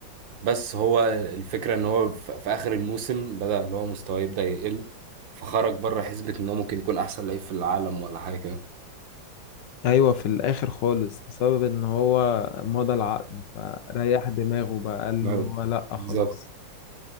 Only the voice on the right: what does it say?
بس هو الفكرة ان هو ف- في اخر الموسم بدأ اللي هو مستواه يبدأ يقل فخرج بره حسبة ان هو ممكن يكون احسن لعيب في العالم ولا حاجة كده
أيوة،
بالظبط